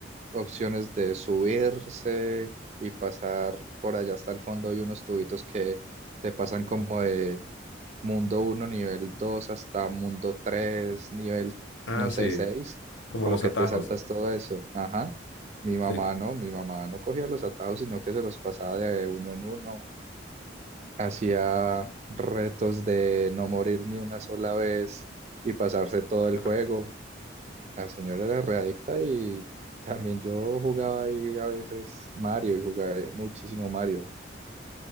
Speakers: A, on the right (about 35°); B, on the left (about 80°).
A: opciones de subirse y pasar por allá hasta el fondo y unos tubitos que te pasan como de mundo uno nivel 2 hasta mundo 3 nivel,
B: Ah,
A: no
B: sí.
A: sé, seis
B: Como
A: como
B: los
A: que
B: atajos.
A: te saltas todo eso. Ajá. Mi mamá
B: Sí.
A: no, mi mamá no cogía los atajos, sino que se los pasaba de uno en uno hacía retos de no morir ni una sola vez y pasarse todo
B: <laughs>
A: el juego. La señora era readicta y también yo jugaba ahí a veces Mario y jugaba muchísimo Mario.